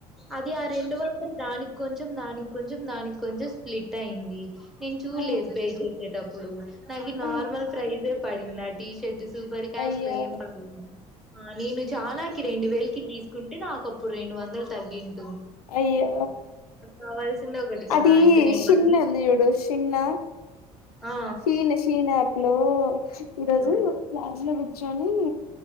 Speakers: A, in the centre; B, on the left.
A: అది ఆ రెండు వట్లు దానికి కొంచెం దానికి కొంచెం దానికి కొంచెం స్ప్లిట్ అయింది. నేను చూడలేదు
B: ఆ
A: పే చేసేటప్పుడు నాకు నార్మల్
B: ఆ
A: ప్రైజే పడిందా ఆ టీ షర్ట్. సూపర్ క్యాష్
B: అయ్యో
A: లో ఏం <unintelligible> ఆహ్ నేను చానాల్కి రెండు వేలకి తీసుకుంటే నాకు. ఒకప్పుడు రెండు వందలు తగ్గింది.
B: అయ్యో.
A: కావాల్సింది ఒకటి కదా
B: అది
A: ఇంకా నేను
B: షిన్నల్ది
A: మళ్ళీ
B: చూడు షిన్న.
A: ఆ
B: షీన్ షీన్ప్ యాప్ లో ఈరోజు
A: ఆ
B: క్లాస్ లో కూర్చొని.